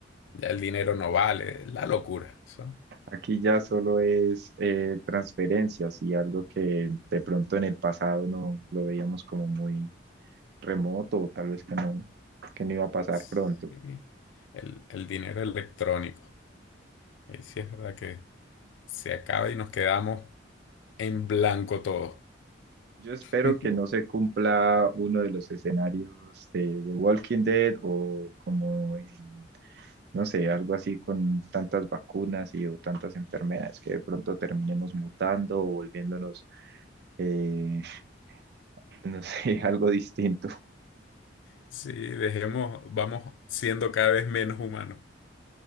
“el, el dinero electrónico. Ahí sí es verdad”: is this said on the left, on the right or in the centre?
Left